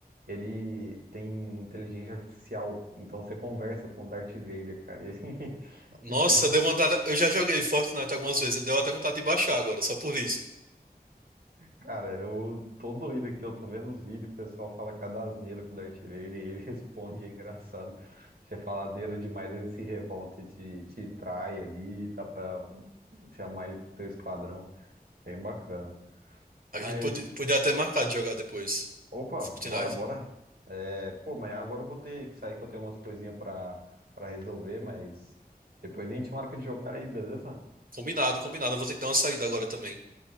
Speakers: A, on the right; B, on the right.
A: ele tem inteligência artificial, então você conversa com o Darth Vader, cara. E, <laughs>
B: Nossa, deu vontade. Eu já joguei Fortnite algumas vezes, deu até vontade de baixar agora, só por isso.
A: cara, eu tô doido aqui, eu tô vendo os vídeos, o pessoal fala cada asneira com o Darth Vader e ele <laughs> responde, é engraçado. Você fala asneira demais, ele se revolta e te, te trai ali, dá pra chamar ele pro teu esquadrão. Bem bacana.
B: A
A: Mas,
B: gente pode- podia até marcar de jogar depois.
A: opa,
B: Fortnite.
A: bora, bora. É, pô, mas agora eu vou ter que sair que eu tenho umas coisinhas pra, pra resolver, mas depois a gente marca de jogar aí, beleza?
B: Combinado, combinado. Eu vou ter que dar uma saída agora também.